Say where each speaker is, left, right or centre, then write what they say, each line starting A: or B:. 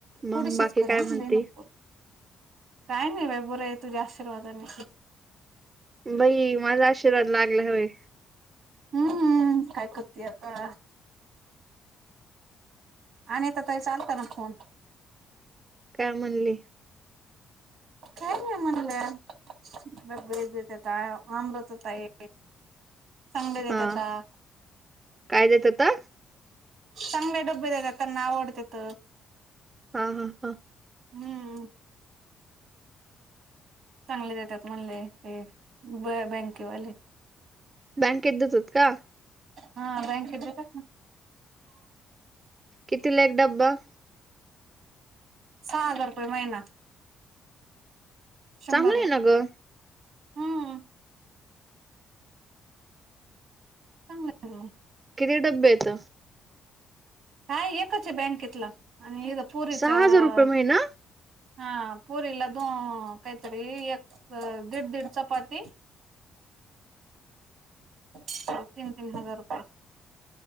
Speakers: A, on the right (about 30°); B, on the right (about 75°).
A: मग
B: थोडीशीच
A: बाकी
B: करा
A: काय म्हणते
B: ह लयं नको करू काय नाही बाई, बरय तूझ्या आशीर्वादानी.
A: बाई, माझा आशीर्वाद लागला व्हय
B: हम्म काय करती आता आणिता ताईचा आलत ना फोन
A: काय म्हणली?
B: काय नाही म्हणल्या बे बत, आमृता ताई चांगले देतात
A: हा
B: का?
A: काय देत होता
B: चांगले डबे देतात त्यांना आवडतेेत.
A: हा हा हा
B: हम्म चांगले देतात म्हणले, ते ब बँकेवाले
A: बँकेत देतात का?
B: हा बँकेत देतात ना
A: कितीला एक डब्बा?
B: सहा हजार रुपये महिना. शंभरला
A: चांगलं आहे ना ग
B: हम्म चांगलय मग
A: किती डब्बे येत?
B: काय एकच आहे बँकेतला आणि एका पुरीचा
A: सहा हजार रुपये
B: आ
A: महिना
B: हा पूरीला दो कायतरी एक ब दीड - दीड चपाती तीन तीन हजार रुपये.